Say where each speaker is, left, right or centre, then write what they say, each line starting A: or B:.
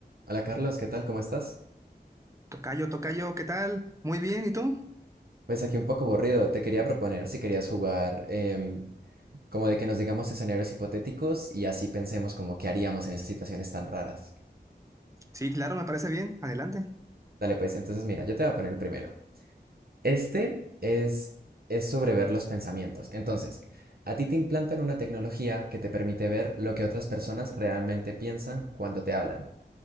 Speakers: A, on the right; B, on the right.
A: Hola Carlos, ¿qué tal? ¿Cómo estás?
B: Tocayo, tocayo, ¿qué tal? Muy bien, ¿y tú?
A: Pues aquí un poco aburrido. Te quería proponer si querías jugar em, como de que nos digamos escenarios hipotéticos y así pensemos como qué haríamos en esas situaciones tan raras.
B: Sí, claro, me parece bien. Adelante.
A: Dale pues, entonces mira, yo te voy a poner el primero. Este es, es sobre ver los pensamientos. Entonces, a ti te implantan una tecnología que te permite ver lo que otras personas realmente piensan cuando te hablan.